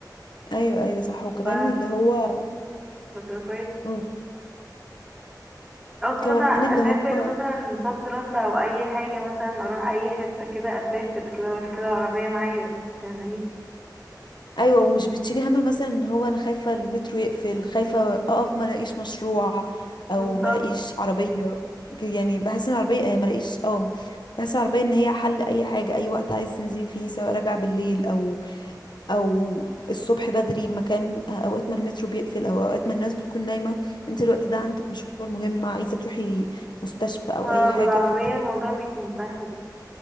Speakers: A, on the left; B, in the centre.
A: ايوه ايوه صح وكمان
B: ف
A: اللي هو
B: فتبقى كويس
A: مم.
B: قصدي
A: كمان
B: مثلا أنا
A: اللي
B: اسافر
A: هو
B: مثلا صد رد او اي حاجة مثلا اروح اي حتة كده اسافر كده ولا كده العربية معايا فاهماني
A: ايوه ومش بتشيلي هم مثلا ان هو انا خايفه المترو يقفل خايفه اقف ما الاقيش مشروع او
B: بالظبط
A: ما الاقيش عربيه ج- يعني بحس ان العربيه آه، ما الاقيش اه بحس العربيه ان هي حل اي حاجه اي وقت عايز تنزلي فيه سواء راجعه بالليل او او الصبح بدري مكان آه، اوقات ما المترو بيقفل او اوقات ما الناس بتكون نايمه انت الوقت ده عندك مشوار مهم عايزه تروحي مستشفى او
B: فبالعربية
A: اي حاجه فبتحب
B: الموضوع بيكون سهل